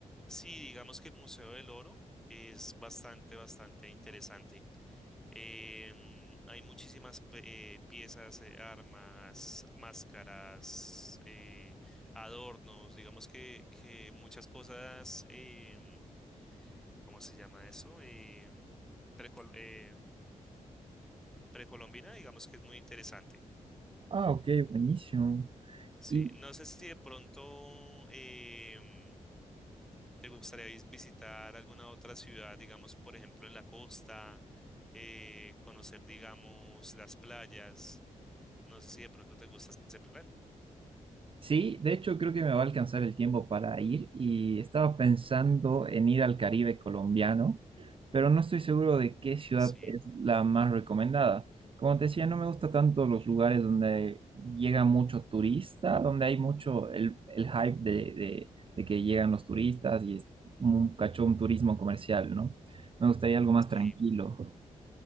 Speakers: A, in the centre; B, on the right.
A: sí, digamos que el Museo del Oro es bastante, bastante interesante. Em, hay muchísimas pe- eh, piezas, eh, armas, máscaras, eh, adornos, digamos que, que muchas cosas. em, ¿cómo se llama eso? Em, precol- em, precolombina, digamos que es muy interesante.
B: Ah, ok, buenísimo.
A: Sí,
B: Y,
A: no sé si de pronto em, te gustaría vis- visitar alguna otra ciudad, digamos, por ejemplo, en la costa, eh, conocer, digamos, las playas. No sé si de pronto te gusta ese plan.
B: Sí, de hecho creo que me va a alcanzar el tiempo para ir y estaba pensando en ir al Caribe colombiano, pero no estoy seguro de qué ciudad
A: Sí,
B: es la más recomendada. Como te decía, no me gusta tanto los lugares donde llega mucho turista, donde hay mucho el, el hype de, de- de que llegan los turistas y es un cachón turismo comercial, ¿no? Me gustaría algo más
A: sí.
B: tranquilo.